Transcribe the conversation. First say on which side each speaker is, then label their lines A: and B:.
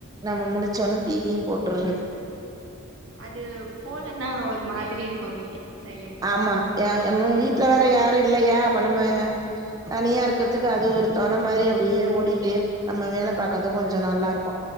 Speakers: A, on the right (about 20°); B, on the right (about 80°).
A: நம்ம முளிச்சோன டிவியு போட்டுறது
B: அது போலன்னா ஒரு மாதிரி இருக்கும் வீடே சைலன்ட்
A: ஆமா எம்ம வீட்ல வேற யாரு இல்லயா அப்ப நம்ம தனியா இருக்றதுக்கு அது ஒரு தொண மாரி அப்டியே ஓடிட்டேருக்கு நம்ம வேல பாக்கத கொஞ்சோ நல்லாருக்கு